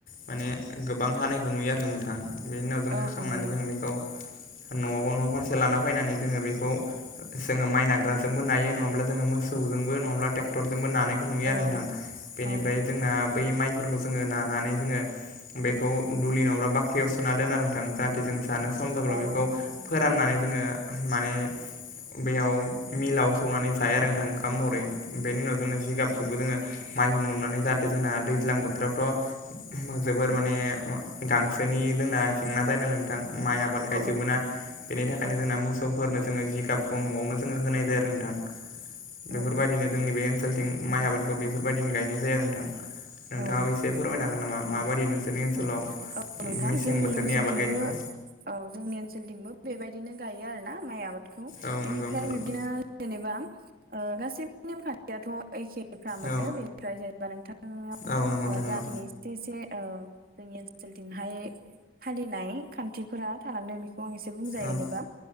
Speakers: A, on the left; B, on the right.
A: माने गोबां हानायखौ नुयो आरो नोंथां बेनि उनाव जों
B: औ
A: हाखांनानै
B: नंगौ नंगौ
A: जोङो बेखौ न'आव न' फारसे लाना फैनानै जोङो बेखौ जोङो माइ नाग्राजोंबो नायो नङाब्ला जोङो मोसौजोंबो नङाब्ला ट्रेक्टरजोंबो नानाय खौ नुयो आरो
B: औ
A: नोंथां बेनिफ्राय
B: औ
A: जोंना बै माइफोरखौ जोङो नानानै जोङो बेखौ दुलि नङाब्रा बाख्रियाव सोना दोननानै नोंथां जाहाथे जों जानो सम जाब्ला
B: औ
A: बेखौ
B: औ
A: फोराननानै जोङो माने बेयाव मिलाव सौनानै जायो आरो नोंथां ओंखाम महरै बेनि उनाव जोंङो जिगाबखौबो जोंङो माइ धुम लुंनानै जाहाथे जोंना दैज्लां बोथोरावथ' जोबोर माने गांसो गोसोनि जोंना जेंना जायो नालाय नोंथां माइ आबाद गायजोबोना
B: औ नंगौ
A: बेनि थाखायनो
B: औ
A: जोंना मोसौ सौफोरनो जोङो जिगाबखौ न'आवनो जोङो होनाय जायो आरो नोंथां बेफोरबायदिनो
B: औ नंगौ
A: जोंनि बे ओनसोलथिं माइ आबादखौ बेफोरबायदिनो गायनाय जायो आरो नोंथां नोंथाङाबो
B: औ नंगौ
A: एसे
B: नोंथां
A: फोरमायनो हागोन नामा माबायदि नों जोंनि ओनसोलाव
B: औ नोंथां
A: मेसें
B: जोंनि
A: बोथोरनि
B: ओनसोलथिंबो
A: आबाद गायनायखौ
B: औ जोंनि ओनसोलथिंबो बेबायदिनो गायो आरो ना माइ आबादखौ
A: औ
B: बेनिफ्राय
A: नंगौ नोंथां नंगौ
B: बिदिनो। जेनेबा गासैबो नेमखान्थियाथ' एखेफ्रा मोनो
A: औ
B: बेनिफ्राय जेनेबा नोंथांनियाव
A: औ नंगौ नोंथां नंगौ
B: जाखिनि एसे एसे जोंनि ओनसोलथिंहाय फालिनाय खान्थिफोरा थालांदों बे बेखौ आं एसे बुंजायो
A: ओं
B: जेनेबा